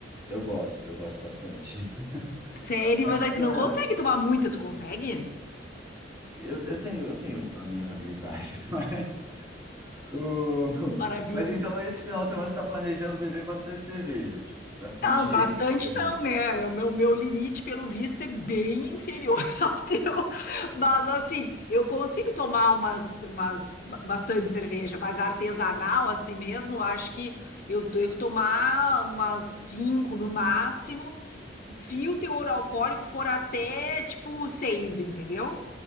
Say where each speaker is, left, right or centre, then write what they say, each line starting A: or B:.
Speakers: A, on the right; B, on the left.
A: eu gosto, eu gosto bastante. <laughs>
B: Sério,
A: Mas
B: mas
A: é
B: aí
A: que
B: tu não
A: é,
B: consegue tomar muitas, consegue?
A: eu, eu tenho, eu tenho as minhas habilidades, <laughs> mas o-
B: Maravilha.
A: mas então esse final de semana você está planejando beber bastante cerveja, tipo, bastante
B: Não,
A: jeito
B: bastante
A: diferente.
B: não, né? É, O meu, meu limite, pelo visto, é bem inferior <laughs> ao teu. Mas, assim, eu consigo tomar umas, umas, ba- bastante cerveja, mas artesanal, assim mesmo, eu acho que eu devo tomar umas cinco no máximo, se o teor alcoólico for até, tipo, seis, entendeu?